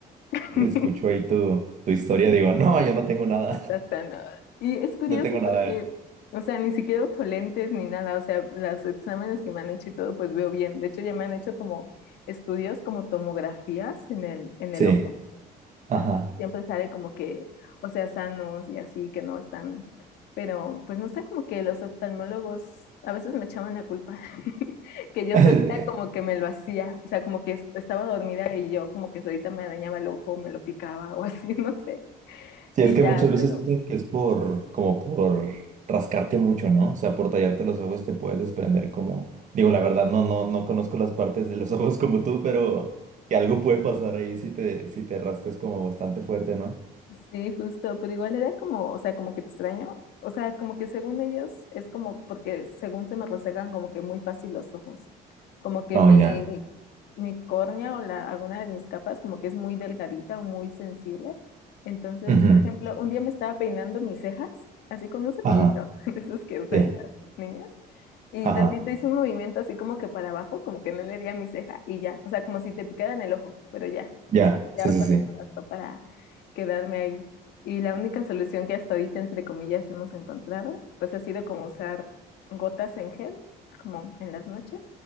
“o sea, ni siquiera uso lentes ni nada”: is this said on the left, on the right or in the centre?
Left